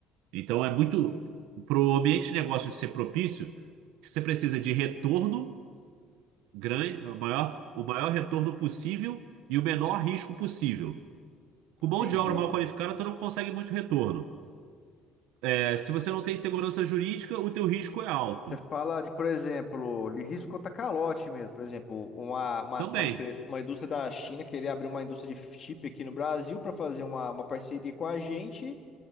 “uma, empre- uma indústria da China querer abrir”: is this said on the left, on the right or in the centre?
Left